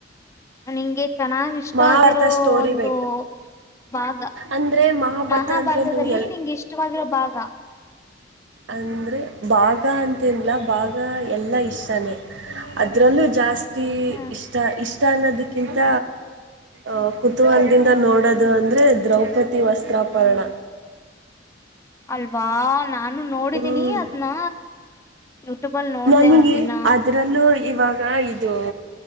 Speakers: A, on the left (about 15°); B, on the right (about 75°).
A: ನಿಂಗೆ ಚೆನ್ನಾಗ ಇಷ್ಟ
B: ಮಹಾಭಾರತ
A: ಆಗಿರೋ
B: ಸ್ಟೋರಿ
A: ಒಂದು
B: ಬೇಕ
A: ಭಾಗ
B: ಅಂದ್ರೆ ಮಹಾಭಾರತ
A: ಮಹಾಭಾರತದಲ್ಲಿ
B: ಅಂದ್ರೆ ನಂಗೆ ಎಲ್
A: ನಿಂಗ್ ಇಷ್ಟವಾಗಿರೋ ಭಾಗ.
B: ಅಂದ್ರೆ ಭಾಗ ಅಂತೇನ್ ಇಲ್ಲ ಭಾಗ ಎಲ್ಲಾ ಇಷ್ಟಾನೇ ಅದ್ರಲ್ಲೂ ಜಾಸ್ತಿ ತಿ
A: ಹ್ಮ್
B: ಇಷ್ಟ ಇಷ್ಟ ಅನ್ನದಕ್ಕಿಂತ ಅಹ ಕುತೂಹಲದಿಂದ
A: ಹ್ಮ್
B: ನೋಡೋದು ಅಂದ್ರೆ ದ್ರೌಪದಿ ವಸ್ತ್ರಾಪರಣ.
A: ಅಲ್ವಾ ನಾನ ನಾನು ನೋಡಿದೀನಿ
B: ಹ್ಮ್
A: ಅದನ್ನ ಯೂಟ್ಯೂಬಲ್ಲಿ ನೋಡ್ದ
B: ನನಗೆ
A: ಒಂದ ದಿನ.
B: ಅದ್ರಲ್ಲೂ ಇವಾಗ ಇದು